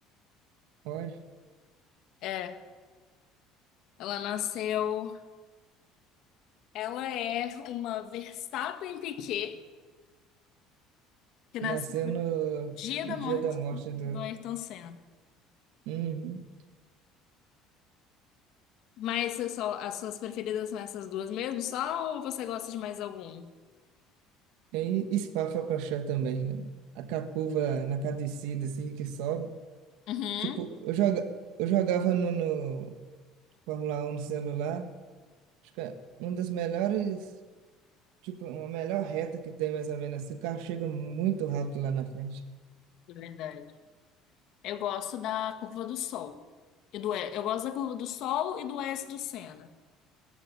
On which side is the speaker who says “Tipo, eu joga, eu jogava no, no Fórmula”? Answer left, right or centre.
Right